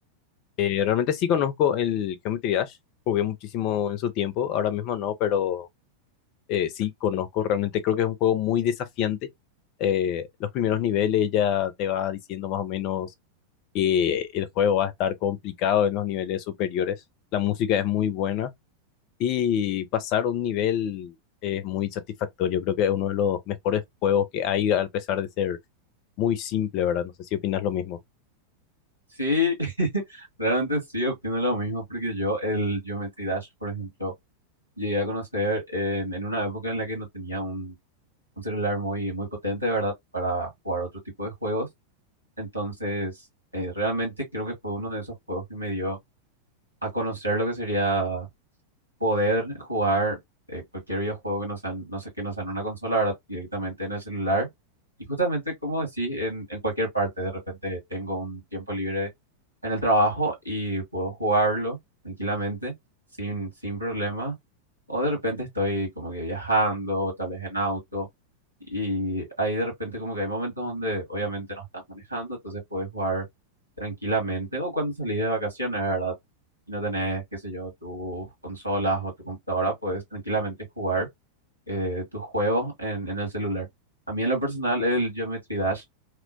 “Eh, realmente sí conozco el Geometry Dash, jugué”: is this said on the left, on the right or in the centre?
Left